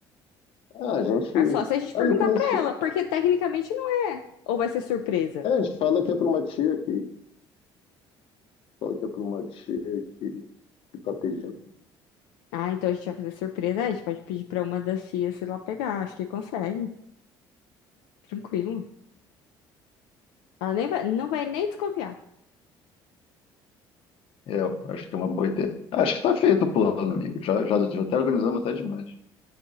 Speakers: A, on the left (about 65°); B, on the left (about 80°).
A: Ah, a gente.
B: É só se a gente
A: Ah,
B: perguntar
A: eu conheço.
B: pra ela, porque tecnicamente não é. Ou vai ser surpresa?
A: É, a gente fala que é para uma tia que. Fala que é para uma tia que, que tá pedindo.
B: Ah, então a gente vai fazer surpresa. É, a gente pode pedir pra uma das tias ir lá pegar. Acho que consegue. Tranquilo. Ela nem vai, não vai nem desconfiar.
A: É, eu acho que é uma boa ideia. Acho que tá feito o plano, amigo. Já, já, já até organizamos até demais.